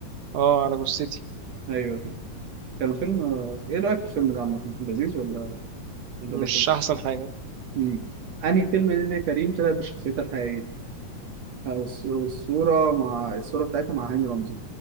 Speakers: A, on the right; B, on the right.
A: اه على جثتي
B: ايوه كان فيلم آه، ايه رايك في الفيلم ده عامه لذيذ ولا ولا
A: مش
B: رخم
A: أحسن حاجة
B: امم انهي فيلم اللي كريم طلع بشخصيتها الحقيقيه او الص- الصوره مع الصوره بتاعتها مع هاني رمزي